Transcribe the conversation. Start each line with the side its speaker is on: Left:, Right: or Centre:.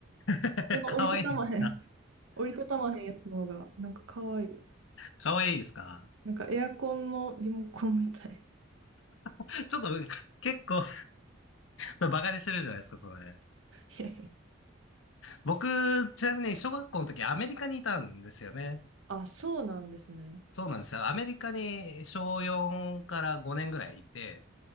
Left: <laughs>
Right: なんか折りたたまへん。
Left: かわいいです。
Right: <laughs> 折りたたまへんやつの方が、なんかかわいい。
Left: かわいいですか
Right: なんかエアコンのリモコンみたい。
Left: ちょっと結構、バカにしてるじゃないですか、それ。
Right: <laughs> いやいや。
Left: 僕、ちなみに小学校の時アメリカにいたんですよね。
Right: あ、そうなんですね。
Left: そうなんですよ。アメリカに小4から5年ぐらいいて、